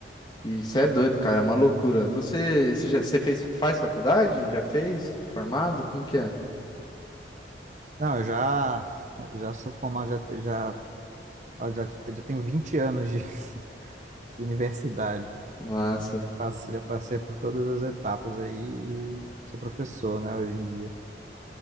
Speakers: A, on the left (about 25°); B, on the right (about 40°).
A: E isso é doido, cara, é uma loucura. Você, você já, você fez, faz faculdade? Já fez? Formado? Como que é?
B: Não, eu já, já sou formado, já, já, ah, já, já tenho 20 anos de <laughs> universidade,
A: Massa.
B: né? Já passei, já passei por todas as etapas aí e sou professor, né, hoje em dia.